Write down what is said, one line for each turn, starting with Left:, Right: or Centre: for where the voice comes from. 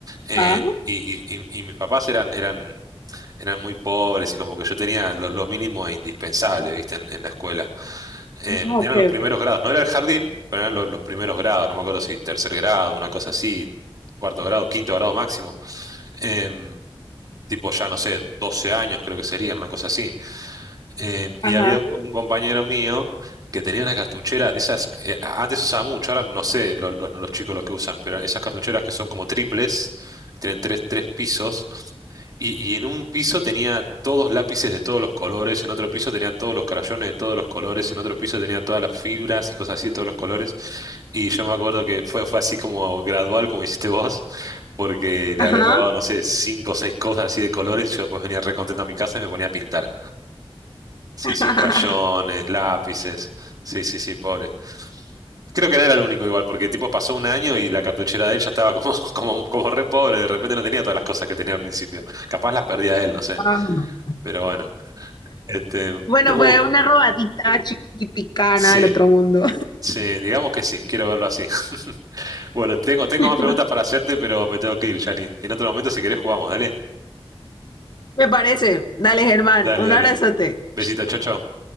Right: Eh,
Left: ajá.
Right: y, y- y- y mis papás eran, eran, eran muy pobres y como que yo tenía lo, lo mínimo e indispensable, ¿viste? En, en la escuela. Eh,
Left: Ah,
Right: eran
Left: ok,
Right: los primeros
Left: ok.
Right: grados, no era el jardín, pero eran lo- los primeros grados, no me acuerdo si tercer grado, una cosa así, cuarto grado, quinto grado máximo. Em, tipo ya, no sé, 12 años creo que serían, una cosa así. Eh,
Left: Ajá,
Right: y había un, un compañero mío que tenía una cartuchera de esas, que eh, antes usaba mucho, ahora no sé lo- lo- los chicos lo que usan, pero esas cartucheras que son como triples, que tienen tres, tres pisos, y, y en un piso tenía todos lápices de todos los colores, en otro piso tenía todos los crayones de todos los colores, en otro piso tenía todas las fibras y cosas así de todos los colores, y yo me acuerdo que fue, fue así como gradual, como hiciste vos, porque le
Left: ajá.
Right: habré robado, no sé, cinco o seis cosas así de colores, y yo después venía re contento a mi casa y me ponía a pintar. Sí,
Left: <laughs>
Right: sí, crayones, lápices. Sí, sí, sí, pobre. Creo que no era el único igual, porque tipo pasó un año y la cartuchera de él ya estaba como, <laughs> como, como re pobre, de repente no tenía todas las cosas que tenía al principio. Capaz las perdía él, no sé.
Left: Ah, no.
Right: Pero bueno. Este,
Left: Bueno,
Right: uh,
Left: fue una robadita chiquiticana
Right: sí,
Left: del otro mundo.
Right: sí, digamos que sí, quiero verlo así. <laughs> Bueno, tengo, tengo
Left: <laughs>
Right: más preguntas para hacerte, pero me tengo que ir, Jani. En otro momento, si querés, jugamos, dale.
Left: Me parece. Dale, Germán,
Right: Dale,
Left: un
Right: dale.
Left: abrazote.
Right: Besito, chau, chau.